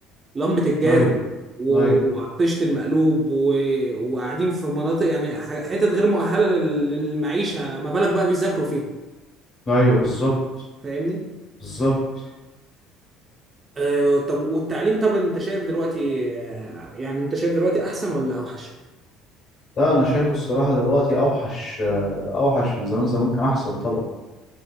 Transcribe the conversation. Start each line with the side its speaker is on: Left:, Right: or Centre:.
Right: لمبة الجاز
Left: ايوه
Right: و-
Left: ايوه
Right: وعلى الطشت المقلوب و... وقاعدين في مناطق يعني ح- حتت غير مؤهلة لل- للمعيشة ما بالك بقى بيذاكروا فيها
Left: ايوه بالظبط
Right: فاهمني؟
Left: بالظبط
Right: آه، طب والتعليم طب انت شايف دلوقتي آه، يعني انت شايف دلوقتي احسن ولا اوحش؟
Left: لا انا شايفه الصراحة دلوقتي اوحش آه، اوحش من زمان زمان كان احسن طبعا